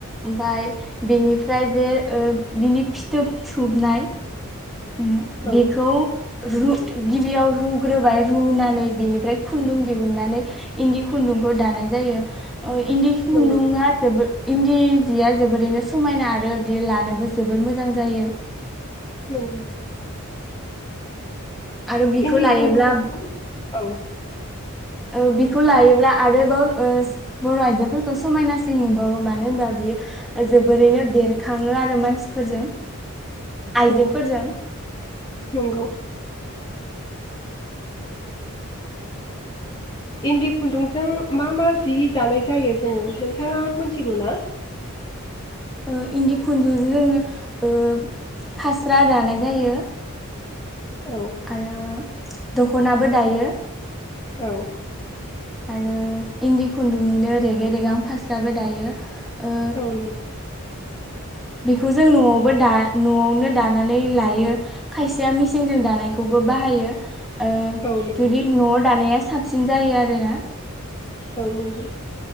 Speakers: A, in the centre; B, on the left (about 20°).
A: ओमफाय बेनिफ्राय जे ओ बिनि फिथोब थुबनाय <unintelligible> बेखौ
B: औ
A: रू गिबियाव रुग्रोबाय रुनानै बिनिफ्राय खुन्दुं दिहुननानै इन्दि खुन्दुंखौ दानाय जायो। ओ इन्दि खुन्दुंङा
B: नंगौ
A: जोबोर इन्दि जिया जोबोरैनो समायना आरो बियो लानोबो जोबोर मोजां जायो।
B: नंगौ।
A: आरो बिखौ
B: इन्दि
A: लायोब्ला
B: खुन्दुंजों औ।
A: ओ बिखौ लायोब्ला आरोबाव ओस बर'आइजोफोरखौ समायनासिन नुबावो। मानो होनबा बियो जोबोरैनो बेरखाङो आरो मानसिफोरजों। आइजोफोरजों।
B: औ नंगौ इन्दि खुन्दुंजों मा मा जि दानाय जायो जों नोंथाङा मोन्थिगौ ना?
A: ओ इन्दि खुन्दुंजों जोङो ओ फास्रा दानाय जायो।
B: औ
A: आरो दख'नाबो दायो।
B: औ
A: आरो इन्दि खुन्दुंनिनो रेगे रेगां फास्राबो दायो ओ
B: औ नंगौ
A: बेखौ जों नआवबो दा नआवनो दानानै लायो खायसेया मेसिजों दानायखौबो बाहायो ओ
B: औ नों
A: जुदि नआव दानाया साब साबसिन जायो आरोना।
B: औ नंगौ